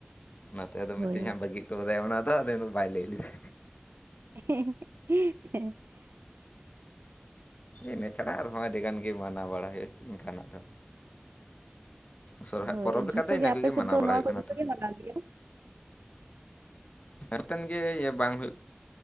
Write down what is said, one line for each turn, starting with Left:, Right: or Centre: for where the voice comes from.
Left: ᱚᱱᱟᱛᱮ ᱟᱫᱚ ᱢᱤᱛᱟᱹᱧ
Right: ᱦᱳᱭ
Left: ᱦᱟᱸᱜ ᱵᱟᱹᱜᱤ ᱴᱚ ᱟᱫᱟᱭ ᱚᱱᱟ ᱫᱚ ᱟᱫᱚ ᱵᱟᱭ ᱞᱟᱹᱭ ᱞᱮᱫᱟ᱾
Right: <unintelligible>
Left: ᱤᱱᱟᱹ ᱪᱷᱟᱲᱟ ᱟᱨᱦᱚᱸ ᱟᱹᱰᱤᱜᱟᱱ ᱜᱮ ᱢᱟᱱᱟᱣ ᱵᱟᱲᱟ ᱦᱳᱭᱳᱜᱼᱟ ᱤᱱᱠᱟᱱᱟᱜ ᱫᱚ᱾ ᱥᱚᱨᱦᱟᱭ
Right: ᱦᱳᱭ
Left: ᱯᱚᱨᱚᱵᱽ
Right: ᱡᱷᱚᱛᱚ
Left: ᱞᱮᱠᱟ ᱫᱚ ᱤᱱᱟᱹ
Right: ᱜᱮ
Left: ᱠᱚᱜᱮ
Right: ᱟᱯᱮ
Left: ᱢᱟᱱᱟᱣ
Right: ᱥᱮᱫ ᱫᱚ
Left: ᱵᱟᱲᱟ
Right: ᱱᱚᱣᱟ
Left: ᱦᱩᱭᱩᱜ
Right: ᱠᱚ
Left: ᱠᱟᱱᱟ
Right: ᱡᱷᱚᱛᱚ
Left: ᱛᱚ
Right: ᱜᱮ ᱢᱟᱱᱟᱣ ᱜᱮᱭᱟ?
Left: <unintelligible> ᱜᱮ ᱤᱭᱟᱹ ᱵᱟᱝ ᱦᱩᱭᱩᱜ